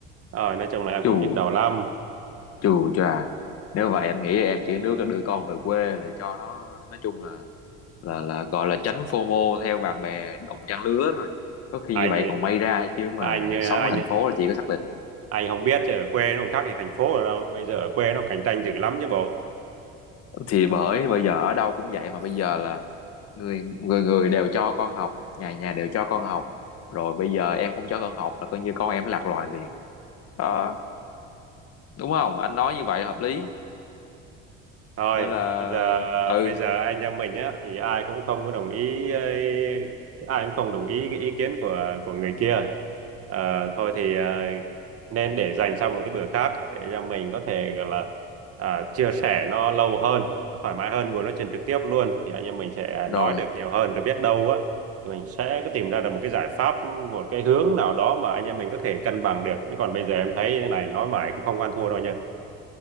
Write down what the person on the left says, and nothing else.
chù
Chù chà, nếu vậy anh nghĩ em chỉ nước là đưa con về quê để cho nó nói chung là là là gọi là tránh FOMO theo bạn bè đồng trang lứa thôi. Có khi
như vậy còn may ra chứ mà
sống
ở thành phố là chỉ có xác định.
Thì bởi bây giờ ở đâu cũng vậy mà bây giờ là người người người đều cho con học, nhà nhà đều cho con học. Rồi bây giờ em không cho con học là coi như con em lạc loài liền. Đó, đúng không? Anh nói như vậy là hợp lý.
Nên là
ừ,
rồi